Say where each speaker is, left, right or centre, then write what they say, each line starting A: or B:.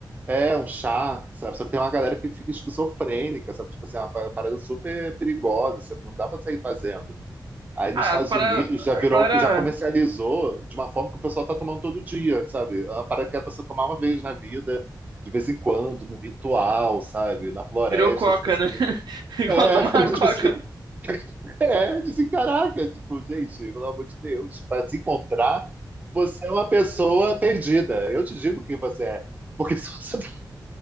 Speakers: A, on the right (about 20°); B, on the right (about 70°).
A: É um chá, sabe? Só que tem uma galera que fica esquizofrênica, sabe? Tipo assim, é uma pa- parada super perigosa, sabe? Não dá para sair fazendo. Aí nos
B: Ah,
A: Estados
B: para.
A: Unidos já
B: A
A: virou,
B: galera
A: já comercializou de uma forma que o pessoal tá tomando todo dia, sabe? É uma parada que é pra você tomar uma vez na vida, de vez em quando, num ritual, sabe? Na floresta,
B: virou coca,
A: tipo assim,
B: né?
A: a
B: <laughs>
A: pessoa-
B: Igual
A: é,
B: tomar
A: <laughs> virou
B: coca.
A: tipo assim, é, disse, caraca, tipo, gente, pelo amor de Deus, para se encontrar, você é uma pessoa perdida. Eu te digo quem você é, porque <laughs> se você não